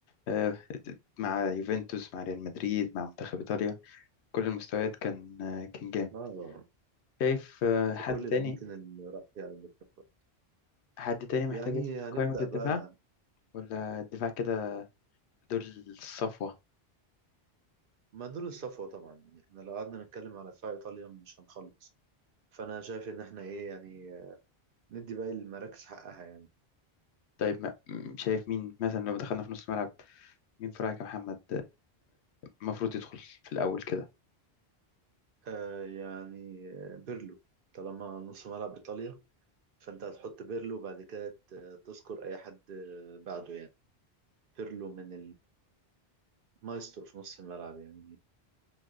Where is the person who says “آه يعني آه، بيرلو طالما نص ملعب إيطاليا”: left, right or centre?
Right